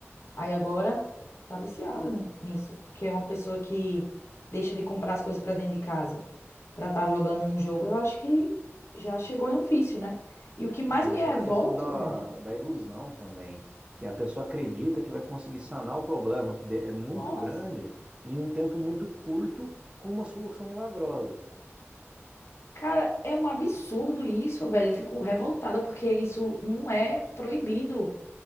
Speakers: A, on the left; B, on the right.
A: aí agora tá viciado n- nisso, porque é uma pessoa que deixa de comprar as coisas pra dentro de casa para estar jogando num jogo, eu acho que já chegou em um vício, né? E o que mais
B: Não, e
A: me
B: aquela
A: revolta,
B: questão da,
A: velho,
B: da ilusão também, que a pessoa acredita que vai conseguir sanar o problema, que de- é muito
A: nossa,
B: grande, em um tempo muito curto, com uma solução milagrosa.
A: cara, é um absurdo isso, velho. Eu fico revoltada porque isso não é proibido.